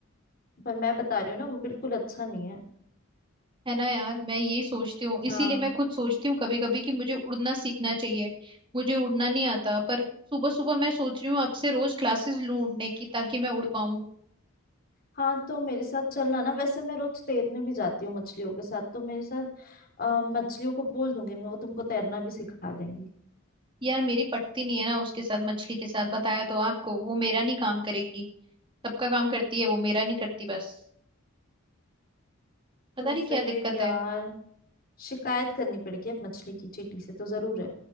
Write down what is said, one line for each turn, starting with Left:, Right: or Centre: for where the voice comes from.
Left: पर मैं बता रही हूँ ना वो बिल्कुल अच्छा नहीं है
Right: है ना यार मैं यही सोचती हूँ इसीलिए
Left: हाँ
Right: मैं खुद सोचती हूँ कभी कभी कि मुझे उड़ना सीखना चाहिए मुझे उड़ना नहीं आता पर सुबह सुबह मैं सोच रही हूँ अब से रोज क्लासेस लूँ उड़ने की ताकि मैं उड़ पाऊँ
Left: हाँ तो मेरे साथ चलना ना वैसे मैं रोज तैरने भी जाती हूँ मछलियों के साथ तो मेरे साथ अ, मछलियों को बोल दूंगी मैं वो तुमको तैरना भी सिखा देंगी
Right: यार मेरी पटती नहीं है ना उसके साथ मछली के साथ बताया तो आपको वो मेरा नहीं काम करेगी सबका काम करती है वो मेरा नहीं करती बस पता
Left: तो
Right: नहीं
Left: फिर
Right: क्या दिक्कत
Left: यार
Right: है
Left: शिकायत करनी पड़ेगी अब मछली की चींटी से तो जरूर है